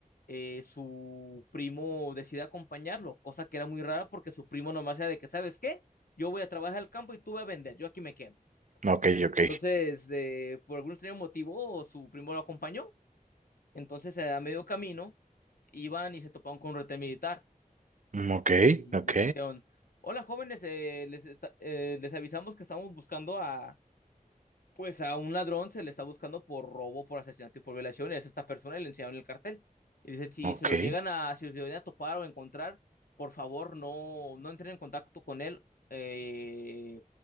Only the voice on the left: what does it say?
eh, su primo decide acompañarlo, cosa que era muy rara porque su primo nomás era de que, ¿sabes qué? Yo voy a trabajar al campo y tú vas a vender, yo aquí me quedo.
Entonces, eh, por algún extraño motivo, su primo lo acompañó. Entonces, eh, a medio camino, iban y se toparon con un retén militar.
y
les dijeron, hola jóvenes, eh, les, esta- eh, les avisamos que estamos buscando a, pues a un ladrón, se le está buscando por robo, por asesinato y por violación, es esta persona y le enseñaron el cartel. Y dice, si
se lo llegan a, si se lo llegan a topar o encontrar, por favor no, no entren en contacto con él, eh,